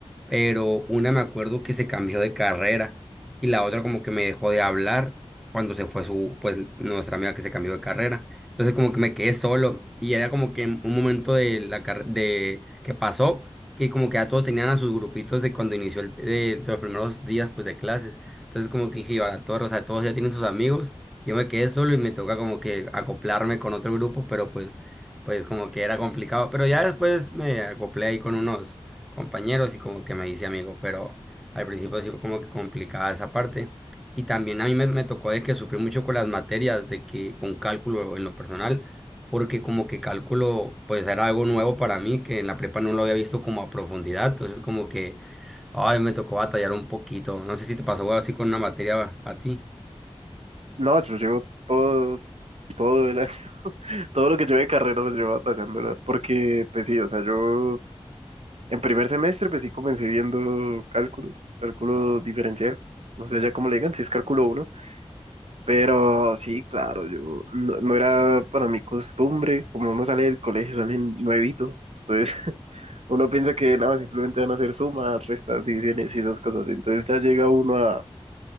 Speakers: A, in the centre; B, on the right (about 70°).
A: pero una me acuerdo que se cambió de carrera y la otra como que me dejó de hablar cuando se fue su, pues, nuestra amiga que se cambió de carrera. Entonces como que me quedé solo y era como que un momento de la carre- de que pasó. que como que ya todos tenían a sus grupitos de cuando inició el, de los primeros días pues de clases. Entonces como que dije, yo, ahora todos, o sea, todos ya tienen sus amigos yo me quedé solo y me toca como que acoplarme con otro grupo, pero pues, pues como que era complicado. Pero ya después me acoplé ahí con unos compañeros y como que me hice amigo, pero al principio sí fue como que complicada esa parte. Y también a mí me, me tocó de que sufrí mucho con las materias, de que con cálculo en lo personal, porque como que cálculo pues era algo nuevo para mí, que en la prepa no lo había visto como a profundidad. Entonces como que, ay, me tocó batallar un poquito. No sé si te pasó algo así con una materia a, a ti.
B: No, yo llevo todo todo el año, <laughs> todo lo que yo de carrera lo llevo batallándola, porque pues sí, o sea, yo en primer semestre pues sí comencé viendo cálculo, cálculo diferencial, no sé ya cómo le digan, si es cálculo uno, pero sí, claro, yo no, no era para mi costumbre, como uno sale del colegio, sale nuevito, entonces <laughs> uno piensa que nada, simplemente van a hacer sumas, restas, divisiones y esas cosas, entonces ya llega uno a,